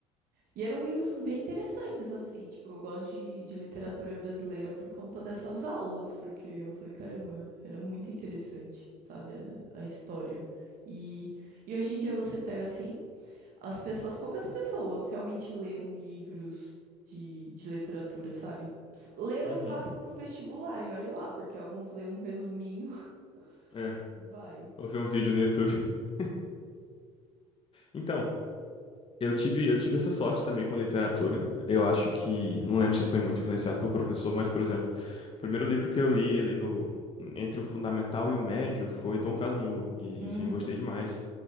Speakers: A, on the right; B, on the left.
A: e eram livros bem interessantes, assim. Tipo, eu gosto de, de literatura brasileira por conta dessas aulas, porque eu falei, caramba, era muito interessante, sabe, a, a história. E, e hoje em dia você pega assim, as pessoas, poucas pessoas realmente leram livros de, de literatura, sabe? Leram
B: Uhum.
A: no máximo pro vestibular, e olhe lá, porque alguns lêem um resuminho
B: É,
A: <laughs> e vai.
B: eu vi um vídeo no YouTube. <laughs> Então, eu tive, eu tive essa sorte também com literatura. Eu acho que, não lembro se foi muito influenciado por professor, mas, por exemplo, o primeiro livro que eu li ali no, entre o fundamental e o médio foi Dom Casmurro. E,
A: Uhum.
B: assim, eu gostei demais.